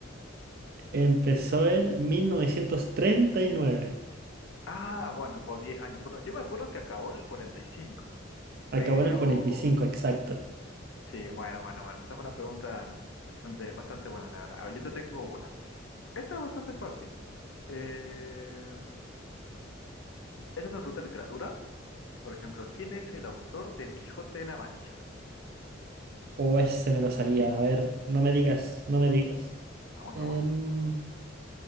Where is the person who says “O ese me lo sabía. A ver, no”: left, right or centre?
Right